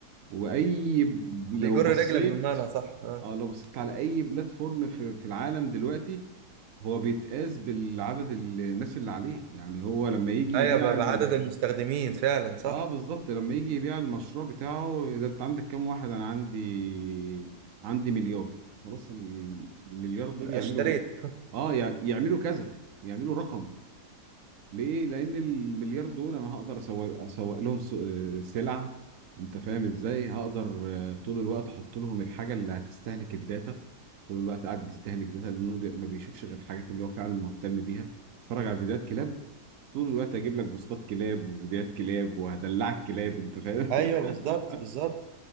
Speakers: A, on the right (about 65°); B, on the right (about 80°).
A: واي ب- لو
B: بيجر
A: بصيت
B: رجلك بمعنى صح آه.
A: اه لو بصيت على اي بلاتفورم في في العالم دلوقتي هو بيتقاس بالعدد الناس اللي عليه يعني هو لما يجي
B: ايوه
A: يبيع
B: ب-
A: ال...
B: بعدد المستخدمين فعلا صح
A: اه بالظبط لما يجي يبيع المشروع بتاعه اذا انت عندك كام واحد انا عندي عندي مليار خلاص ال- المليار دول
B: <laughs>
A: يعملوا
B: اشتريت
A: اه يع- يعملوا كذا يعملوا رقم ليه؟ لأن المليار دول أنا هقدر أسوق, أسوق لهم س- آه، سلع أنت فاهم إزاي؟ هقدر آه، طول الوقت أحط لهم الحاجة اللي هتستهلك الداتا طول الوقت قاعد بيستهلك داتا لأنه بي- ما بيشوفش غير الحاجات اللي هو فعلا مهتم بيها اتفرج على فيديوهات كلاب طول الوقت أجيب لك بوستات كلاب وفيديوهات كلاب وهدلعك كلاب أنت فاهم؟
B: ايوه
A: <laughs>
B: بالظبط بالظبط